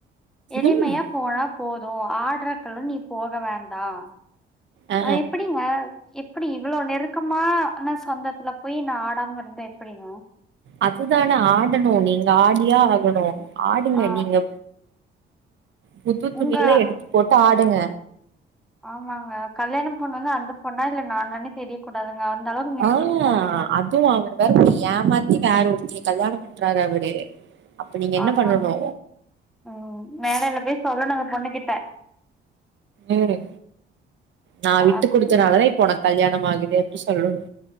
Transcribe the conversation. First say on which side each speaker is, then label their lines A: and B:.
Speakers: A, in the centre; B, on the right.
A: எளிமையா
B: ம்
A: போனா போது ஆட்றக்கெல்லா நீ போக வேண்டா
B: ஆ
A: அது எப்டிங்க எப்டி இவ்ளோ நெருக்கமான சொந்தத்துல போய் நா ஆடாம இருந்தா எப்டி ங்க
B: அதுதான ஆடணு நீங்க ஆடியே ஆகணு ஆடுங்க
A: ஆ
B: நீங்க புது துணிலா
A: உங்க
B: எடுத்து போட்டு ஆடுங்க
A: ஆமாங்க கல்யாண பொண்ணுனா அந்த பொண்ணா இல்ல நானானு தெரிய கூடாதுங்க அந்த அளவுக்கு மினிக்கிட்டு
B: ஆ
A: போணுங்க
B: அதுவு அவரு வேற ஏமாத்தி வேற ஒருத்தி கல்யாண பண்றாரு அவரு அப்ப நீங்க என்ன
A: ஆமாங்க
B: பண்ணணு
A: ஆ மேடைல போய் சொல்லணு அந்த பொண்ணு கிட்ட
B: ம் நா விட்டு
A: அது
B: குடுத்தனாலதா இப்ப ஒனக் கல்யாணம் ஆகுது அப்டி சொல்லணு